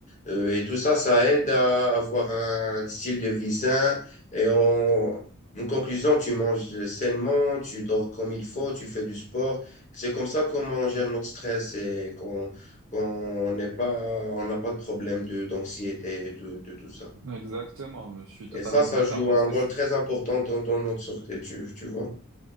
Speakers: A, on the left (about 35°); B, on the right (about 80°).
A: euh, et tout ça, ça aide à avoir un style de vie sain. Et en, en conclusion, tu manges sainement, tu dors comme il faut, tu fais du sport. C'est comme ça qu'on gère notre stress et qu'on qu'on n'est pas, on n'a pas de problème de, d'anxiété, de, de tout ça.
B: Exactement, je suis totalement
A: Et ça, ça
B: d'accord
A: joue
B: parce
A: un
B: que
A: rôle
B: c'est-
A: très important dans, dans notre sûreté, tu, tu vois.